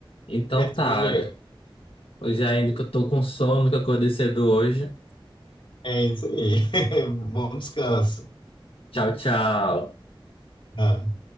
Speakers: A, on the left (about 85°); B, on the left (about 65°).
A: Então
B: Certo,
A: tá,
B: meu amigo.
A: eu já ainda que eu tô com sono, que eu acordei cedo hoje.
B: É isso aí. <laughs> Bom descanso.
A: Tchau, tchau.
B: Ah.